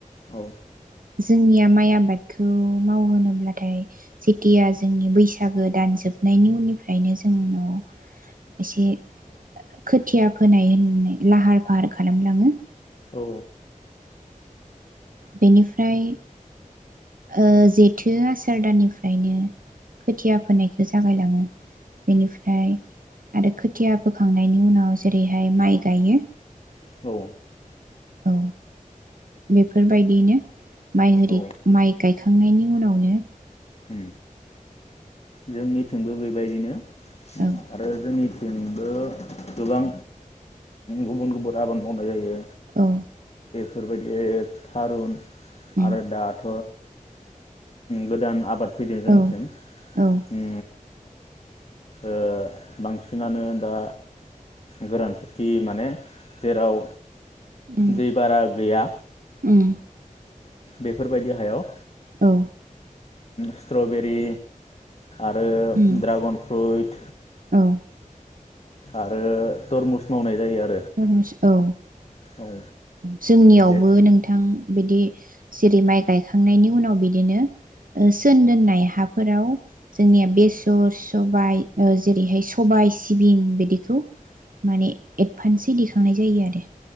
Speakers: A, on the left; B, on the right.
A: औ
B: जोंनिया माइ आबादखौ मावहोनोब्लाथाय जेथिया जोंनि बैसागो दानजोबनायनि उननिफ्रायनो जोंनाव एसे खोथिया फोनाय होननाय लाहार फाहार खालामलाङो
A: औ
B: बेनिफ्राय ओ जेथो आसार दानानिफ्रायनो खोथिया फोनायखो जागायलाङो। बेनिफ्राय आरो खोथिया बोखांनायनि उनाव जेरैहाय माइ गायो
A: औ
B: औ बेफोरबायदियैनो माइ <unintelligible>
A: औ
B: माइ गाय खांनायनि उनावनो
A: उ जोंनिथिंबो बेबायदिनो
B: औ
A: आरो जोंनि जोंबो गोबां गुबुन गुबुन आबाद मावनाय जायो।
B: औ
A: बेफोरबायदि थारुन
B: उम
A: आरो दाथ गोदान आबाद फैदो जोंनिथिं
B: औ औ
A: उ ओ बांसिनानो दा गोरान खेथि माने जेराव
B: उम
A: दै बारा गैया
B: उम
A: बेफोरबायदि हायाव
B: औ
A: स्ट्रबेरि आरो
B: उम
A: ड्रागन फ्रुइट
B: औ
A: आरो तरमुस मावनाय जायो आरो
B: तरमुस औ
A: औ
B: जोंनियावबो
A: बे
B: नोंथां ओं बिदि जेरै माइ गायखांनायनि उनाव बिदिनो ओ सोन दोननाय हाफोराव जोंनिया बेसर, सबाय ओ जेरैहाय सबाय, सिबिं बिदिखौ माने एद फानसे दिखांनाय जायो आरो।